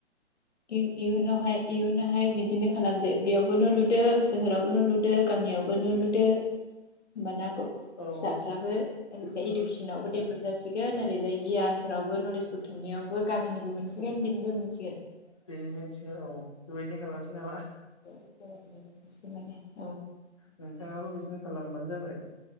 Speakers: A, on the left (about 70°); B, on the left (about 30°).
A: इयुनावहाय इयुनाहाय बिदिनो खालामदो बेयावबो न' लु दो सोहोराव लुदो गामियावबो न' लुदो होमबाना फिसाफ्राबो
B: औ
A: इडुकेसनावबो डेभलप जासिगोन ओरैहाय गियानफ्रावबो नलेज बथुमनायावबो गामिनिबो मोनसिगोन बेनिबो मोनसिगोन
B: <unintelligible> औ बेबायदिनो खालामनोसै नामा
A: <unintelligible>
B: नोंथाङाबो बिदिनो खालामबानो जाबाय